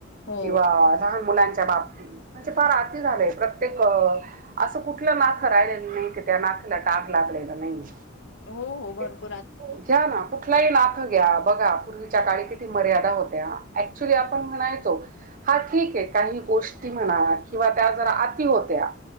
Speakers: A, on the left (about 65°); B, on the right (about 45°).
A: हो
B: किंवा लहान मुलांच् त्या बाबतीत म्हणजे फार आति झालंय प्रत्येक असं कुठलं नात राहिलेलं नाही की त्या नात्याला डाग लागलेला नाहीय.
A: हो हो भर- -
B: घ्या ना, कुठलही नातं घ्या बघा पूर्वीच्या काळी किती मर्यादा होत्या, ऍक्च्युली आपण म्हणायचो हा ठीक आहे, काही गोष्टी म्हणा किंवा त्या जरा अती होत्या